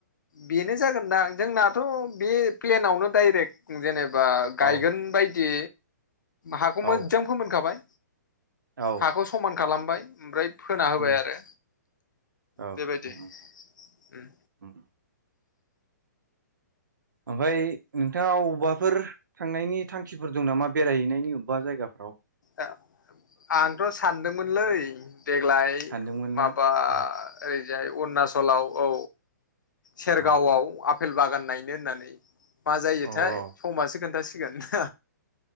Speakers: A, on the left; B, on the right.
A: बेनो जागोनदां जोंनाथ' बे प्लेनावनो डाइरेक्ट जेने बा गायगोन
B: औ
A: बाय दि हाखौ मोजां
B: औ
A: फोमोन खाबाय
B: औ
A: हाखौ समान खालामबाय ओमफ्राय फोना होबाय
B: उम
A: आरो
B: औ
A: बेबायदि
B: उम उम
A: ओम।
B: उम ओमफाय नोंथाङा अबबाफोर थांनायनि थांखिफोर दं नामा बेरायहैनायनि अबबा जायगाफोराव?
A: ओ आंथ' सानदोंमोनलै देग्लाय
B: सानदोंमोन
A: माबा
B: ना उम
A: ओरै जाय अरुणचलाव औ। सेरगावआव
B: उम
A: आब आपेल बागान नायनो होननानै। मा जायोथाय?
B: अ
A: समासो खोनथासिगोन <unintelligible>